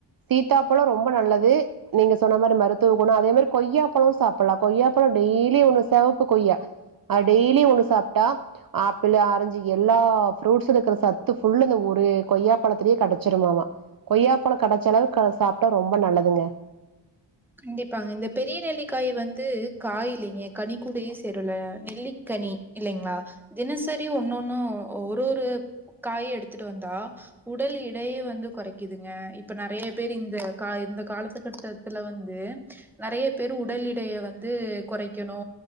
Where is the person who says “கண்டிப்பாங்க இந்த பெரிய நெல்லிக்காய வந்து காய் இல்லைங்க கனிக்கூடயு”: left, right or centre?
Centre